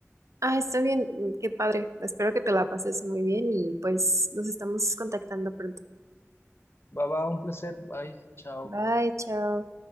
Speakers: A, on the right (about 85°); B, on the left (about 55°).
A: Ah, está bien, mm, qué padre. Espero que te la pases muy bien y pues nos estamos contactando pronto.
B: Va, va, un placer, bye, chao.
A: Bye, chao.